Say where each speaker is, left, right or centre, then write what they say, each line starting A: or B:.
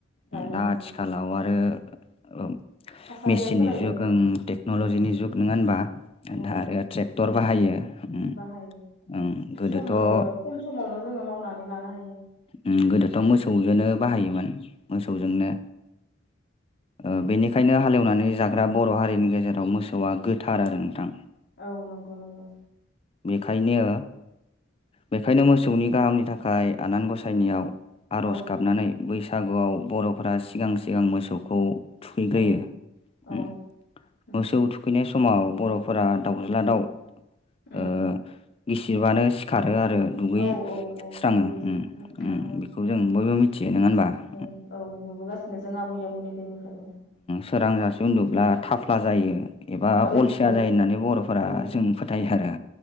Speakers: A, on the left; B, on the left.
A: गायोमोन
B: दा आथिखालाव आरो
A: थासारिया
B: मेसिननि
A: सोलायबाय
B: जुग टेक्न'लजिनि
A: औ
B: जुग नंङा होनबा
A: औ
B: आरो ट्रेक्टर बाहायो उम
A: बाहायो
B: उम गोदोथ'
A: सम
B: उम
A: ओ खम समावनो जोंङो मावनानै लानो हायो
B: उम गोदोथ'
A: दानि
B: मोसौजोंनो
A: जुगाव
B: बाहायोमोन मोसौजोंनो ओ बेनिखायनो हाल एवनानै जाग्रा बर' हारिनि गेजेराव मोसौआ गो- थार आरो नोंथां
A: औ नंगौ नंगौ
B: बेखायनो बेखायनो मोसौनि गाहामनि थाखाय आनान गसाय नियाव आर'ज
A: औ
B: गाबनानै बैसागुआव
A: औ
B: बर'फोरा सिगां सिगां मोसौखौ थुखैग्रोयो
A: औ औ उम
B: मोसौ थुखैनाय समाव बर'फोरा दावज्ला दाव
A: उम
B: ओ गिसिरबानो सिखारो आरो दुगैस्रांङो
A: औ औ औ दुगैस्रां
B: उम
A: लोबस्रां
B: उम बेखौ जों बयबो मिथि- <unintelligible>
A: औ औ नुबोगासिनो जों आबै आबौनि दिननिफ्रायनो
B: सोरां जासे उन्दुब्ला थाफ्ला जायो एबा
A: औ
B: अलसिया
A: औ
B: जायो होननानै बर'फोरा
A: औ
B: जों फोथायो
A: औ
B: आरो